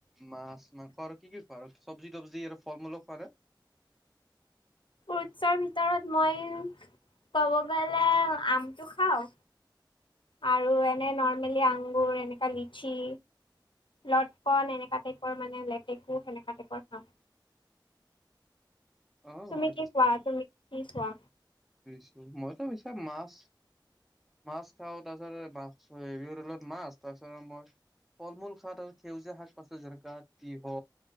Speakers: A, in the centre; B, on the left.
A: মাছ মাংস আৰু কি কি খোৱা আৰু চবজি তবজি আৰু ফল মূলো খোৱা না
B: ফ্ৰুটছৰ ভিতৰত মই ক'ব গ'লে আমটো খাওঁ আৰু এনে নৰ্মেলি আংগুৰ এনেকা লিচি লটকন এনেককা টাইপৰ মানে লেটেকু সেনেকা টাইপৰ চাওঁ
A: অ',
B: তুমি কি খোৱা তুমি কি খোৱা
A: ছো মইতো পছ মাছ মাছ খাওঁ তাৰপিছতছ হেলত মাছ তাৰপিছত মই ফল মূল শাক আৰু সেউজীয়া শাক পাচলি যেনেককা তিঁহ